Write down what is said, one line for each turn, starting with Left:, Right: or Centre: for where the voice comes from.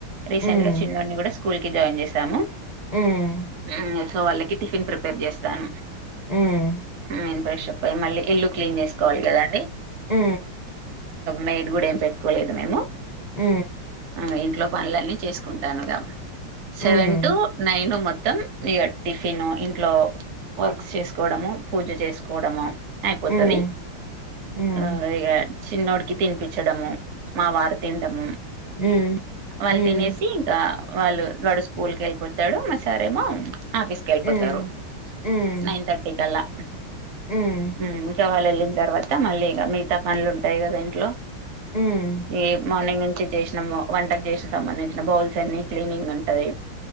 Right: రీసెంట్
Left: హ్మ్.
Right: గా చిన్నడిని కూడా స్కూల్ కి జాయిన్ చేసాము
Left: హ్మ్.
Right: మ్ సో వాళ్ళకి టిఫిన్ ప్రిపేర్ చేస్తాను.
Left: హ్మ్.
Right: నేను ఫ్రెషప్ అయి మళ్ళీ ఇల్లు క్లీన్ చేసుకోవాలి కదా అండి.
Left: మ్
Right: నైట్ కూడా ఏం పెట్కోలేదు మేము
Left: మ్
Right: ఆ ఇంట్లో పనులన్నీ చేసుకుంటానుగా సెవెన్
Left: హ్మ్.
Right: టు నైన్ మొ త్తం ఇగ టిఫిన్ ఇంట్లో వర్క్ చేసుకోవడము, పూజ చేసుకోవడము. అయిపోతది
Left: హ్మ్. హ్మ్.
Right: ఆ ఇగ చిన్నోడికి తినిపించడము, మా వారు తినడము.
Left: హ్మ్.
Right: వాళ్ళు
Left: హ్మ్.
Right: తినేసి ఇంకా వాళ్ళు వాడు స్కూల్కి వెళ్ళిపోతాడు మా సారేమో ఆఫీస్కి వెళ్పోతారు
Left: హ్మ్. హ్మ్.
Right: నైన్ థర్టీ కల్లా
Left: హ్మ్.
Right: మ్ ఇంకా వాళ్ళు వెళ్ళి తర్వాత మళ్ళీ ఇగ మిగతా పనులు ఉంటాయి కదా ఇంట్లో
Left: హ్మ్.
Right: ఈ మార్నింగ్ ను చేసినాము వంటకు చేసిన సంబంధించిన బౌల్స్ అన్ని క్లీనింగ్ ఉంటది